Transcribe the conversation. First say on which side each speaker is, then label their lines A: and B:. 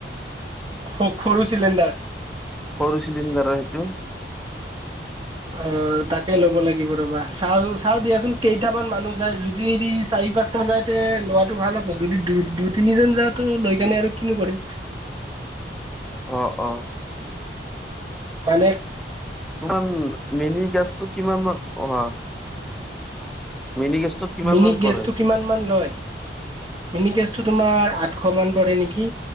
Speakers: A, on the right (about 25°); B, in the centre.
A: স সৰু চিলিণ্ডাৰ।
B: সৰু চিলিণ্ডাৰ সেইটো।
A: অ তাকে ল'ব লাগিব ৰবা চাও চাও দিয়াচোন। কেইটামান মানুহ যায় যদি চাৰি পাঁচ তা যাইতে লোৱাটো ভাল হ'ব। যদি দু দুই তিনিজন যা তো লৈ কেনে আৰু কিনো কৰিম।
B: অ অ।
A: হয়নে?
B: তোমাৰ মেনি গেছটো কিমান অহা মিনি গেছটোত কিমান
A: মিনি
B: মান
A: গেছটো
B: পৰে
A: কিমান মান লয়? মিনি কেছটো তোমাৰ আঠশ মান পৰে নেকি